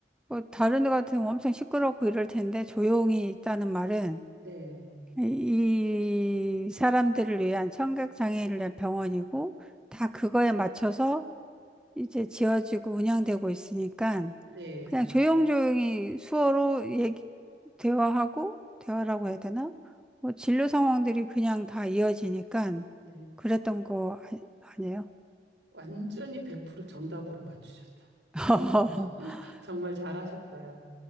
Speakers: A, in the centre; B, on the right.
A: 뭐 다른 데 같으면 엄청 시끄럽고 이럴 텐데 조용히 있다는 말은
B: 네,
A: 이, 이 사람들을 위한 청각 장애인을 위한 병원이고 다 그거에 맞춰서 이제 지어지고 운영되고 있으니까
B: 네,
A: 그냥 조용조용히 수어로 얘기, 대화하고, 대화라고 해야 되나? 뭐 진료 상황들이 그냥 다 이어지니까
B: 네.
A: 그랬던 거 아니, 아니에요?
B: 완전히 100% 정답으로 맞추셨다.
A: <laughs>
B: 정, <laughs> 정말 잘하셨어요.